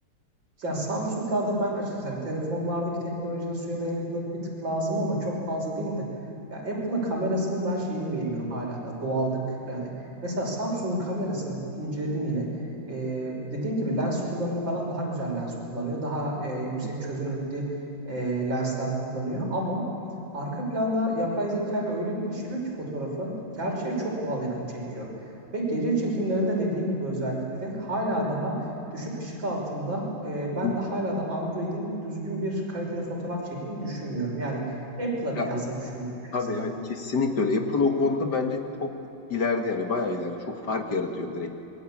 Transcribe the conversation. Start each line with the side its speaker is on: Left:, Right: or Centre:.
Right: yani Samsung'larda ben açıkçası hani telefonlardaki teknolojide suya dayanıklılık bir tık lazım ama çok fazla değil de ya Apple'ın kamerasının ben şeyini beğeniyorum hala da doğallık yani mesela Samsung'un kamerasını inceledim yine Ee, dediğin gibi lens kullanımı falan daha güzel lens kullanıyor daha e, yüksek
Left: hı
Right: çözünürlüklü e, lensler kullanıyor ama arka planda yapay zeka ile öyle bir işliyor ki fotoğrafı gerçeğe çok doğal yakın çekiyor ve gece çekimlerinde dediğin gibi özellikle hala daha Düşük ışık altında e,
Left: hı,
Right: ben
Left: hı.
Right: de hala da Android'in düzgün bir kalitede fotoğraf çektiğini düşünmüyorum. Yani Apple'a
Left: Ya,
Right: kıyasla düşünüyorum en
Left: tabii
Right: azından.
Left: evet kesinlikle öyle. Apple o konuda bence çok ileride yani bayağı ileride çok fark yaratıyor direkt.